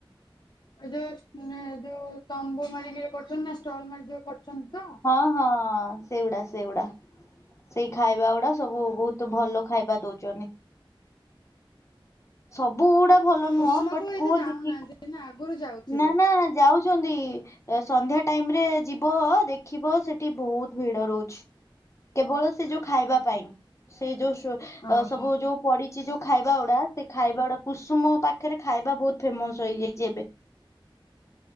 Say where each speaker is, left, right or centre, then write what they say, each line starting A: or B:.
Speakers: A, on the left; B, on the left.
A: ଏ ଯୋଉ ଯୋଉ ତମ୍ବୁ ମାରିକିରି କରୁଛନ୍ତି ନା ଷ୍ଟଲ ମାରିକ ଯଉ କରୁଛନ୍ତି ତ।
B: ହଁ ହଁ ସେଇଗୁଡା ସେଗୁଡା ସେଇ ଖାଇବା ଗୁଡା ସବୁ ବହୁତ ଭଲ। ଖାଇବା ଦଉଛନ୍ତି ସବୁ ଗୁଡା ଭଲ
A: କୁସୁମାକୁ
B: ନୁହଁ ବଟ୍
A: ଏତେ
B: କଉ
A: ଯାଉନାହାନ୍ତି
B: ଦିକି
A: ନା ଆଗରୁ ଯାଉଥିଲେ।
B: ନା ନା ଯାଉ ଉଛନ୍ତି ସନ୍ଧ୍ୟା ଟାଇମରେ ଯିବ ଦେ ଖିବ ସେଠି ବହୁତ ଭିଡ ରହୁଛି କେବଳ ସେ ଯୋଉ ଖାଇବା ପାଇଁ। ସେ ଯୋଉ ସୁ
A: ଓହୋ।
B: ସବୁ ଯୋଉ। ପଡିଛି ଯୋଉ ଖାଇବା ଗୁଡା ସେ ଖାଇବା ଗୁଡା କୁସୁମ ପାଖରେ ଖାଇବା ବହୁତ ଫେମସ ହେଇଯାଇଛି ଏବେ।